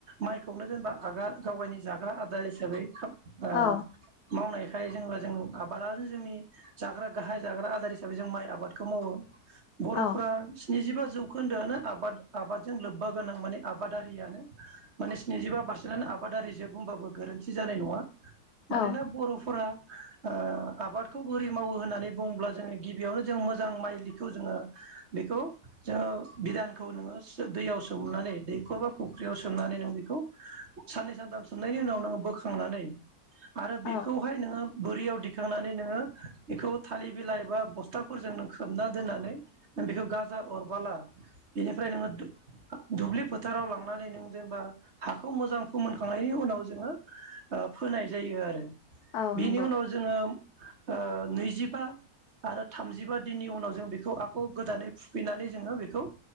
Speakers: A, on the right (about 45°); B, on the left (about 80°).
A: माइखौनो जेनेबा आगा गावायनि जाग्रा आदार हिसाबै ओ
B: औ
A: मावनाय खाय जोंबो जों आबादानो जोंनि जाग्रा- गाहाय जाग्रा आदार हिसाबै जों माइ आबादखौ मावो बर'फोरा
B: औ
A: स्निजिबा जौ खोन्दोआनो आबाद आबादजों लोब्बा गोनां माने आबादारियानो माने स्निजिबा पारसेन्टआनो आबादारिजोब बुंबाबो गोरोन्थि जानाय नङा
B: औ
A: मानोना बर'फोरा ओ आबादखौ बोरै मावो होननानै बुंब्ला जोङो गिबियावनो- जों मोजां माइलिखौ जोङो बेखौ जोङो बिदानखौ नोङो दैयाव सोमनानै दैखर बा फुख्रियाव सोमनानै नों बेखौ साननै सानथाम सोमनायनि उनाव नोङो बोखांनानै आरो
B: औ
A: बेखौहाय नोङो बोरियाव दिखांनानै नोङो बेखौ थालिर बिलाइ एबा बस्थाफोरजों नों खोबना दोननानै नों बेखौ गाजा अरबाला बेनिफ्राय नोङो दु दुब्लि फोथाराव लांनानै नों जेनेबा हाखौ मोजां फोमोनखांनायनि उनाव जोङो ओ फोनाय जायो आरो
B: औ
A: बेनि
B: नंगौ
A: उनाव जोङो ओ नैजि बा आरो थामजिबा दिननि उनाव जों बेखौ आखौ गोदानै फुफैनानै जोङो बेखौ